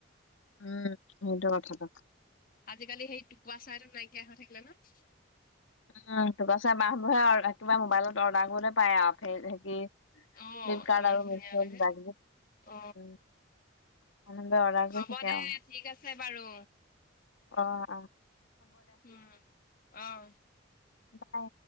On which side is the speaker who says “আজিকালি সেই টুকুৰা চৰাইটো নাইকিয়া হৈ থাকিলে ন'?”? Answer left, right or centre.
Left